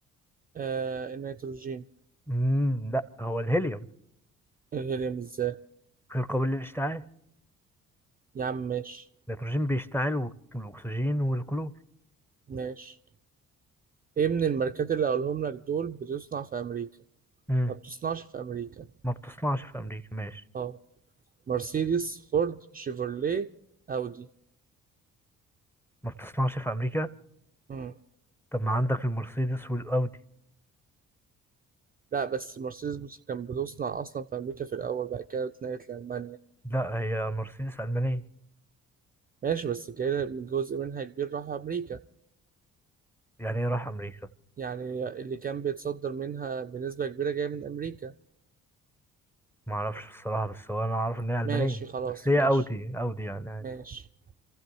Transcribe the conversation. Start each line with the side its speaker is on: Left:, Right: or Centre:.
Right: آه النيتروجين
Centre: مم لا هو الهيليوم
Right: الهيليوم الذري
Centre: غير قابل للاشتعال
Right: يا عم ماشي
Centre: النيتروجين بيشتعل والك- والأكسجين والكلور
Right: ماشي ايه من الماركات اللي هقولهم لك دول بتصنع في امريكا
Centre: مم.
Right: ما بتصنعش في امريكا
Centre: ما بتصنعش في أمريكا ماشي
Right: اه مرسيدس فورد شيفروليه اودي
Centre: ما بتصنعش في امريكا
Right: مم.
Centre: طب ما عندك المرسيدس والاودي
Right: لا بس مرسيدس بص كان بتصنع اصلا في امريكا في الاول بعد كده اتنقلت لالمانيا
Centre: لا هي مرسيدس المانيه
Right: ماشي بس كده جزء منها كبير راح امريكا
Centre: يعني ايه راح امريكا
Right: يعني اللي كان بيتصدر منها بنسبة كبيرة جاية من امريكا
Centre: ما اعرفش الصراحه بس هو انا اعرف ان هي المانيه
Right: ماشي خلاص
Centre: بس هي
Right: ماشي
Centre: اودي اودي يعني عادي
Right: ماشي